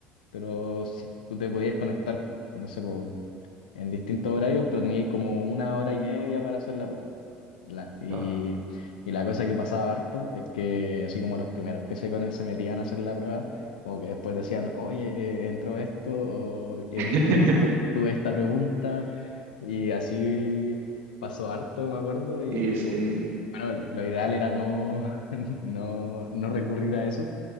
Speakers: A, on the left; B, on the right.
A: pero si tú te podías conectar, no sé, por en distintos horarios, pero teníais como una hora y media para hacer la prueba. La- y,
B: claro.
A: y la cosa que pasaba harto es que así como los primeros que se, con- se metían a hacer la prueba, como que después decían, oye, eh, entró esto, o eh,
B: <laughs>
A: tuve, tu- tuve esta pregunta, y así pasó harto, me acuerdo, y
B: Y sí,
A: bu- bueno, lo ideal era no, <laughs> no, no recurrir a eso,